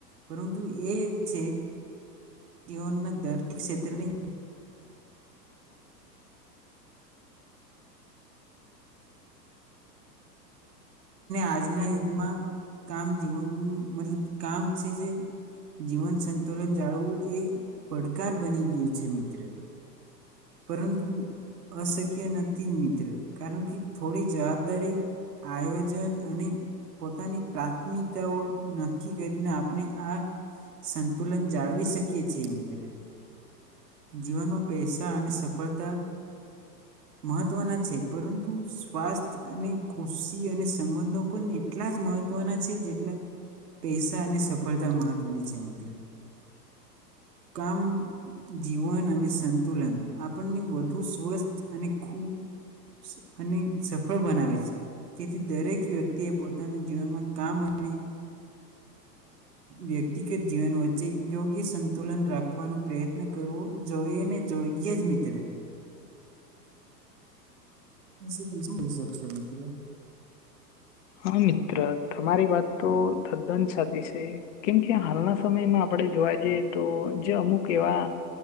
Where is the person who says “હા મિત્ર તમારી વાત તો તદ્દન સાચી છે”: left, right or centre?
Left